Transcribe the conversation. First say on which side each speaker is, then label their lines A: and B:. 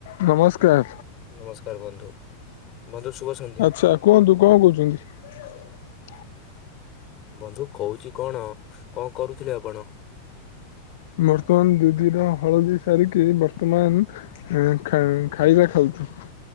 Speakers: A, on the left; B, on the left.
A: ନମସ୍କାର
B: ନମସ୍କାର ବନ୍ଧୁ। ବନ୍ଧୁ ଶୁଭ ସନ୍ଧ୍ୟା
A: ଆଛା କୁହନ୍ତୁ କଣ କହୁଛନ୍ତି।
B: ବନ୍ଧୁ କହୁଛି କଣ କଣ କରୁଥିଲେ ଆପଣ?
A: ବର୍ତ୍ତମାନ ଦିଦିର ହଳଦୀ ସାରିକି ବର୍ତ୍ତମାନ ହ ଖ ଖାଇବା ଖାଉଛୁ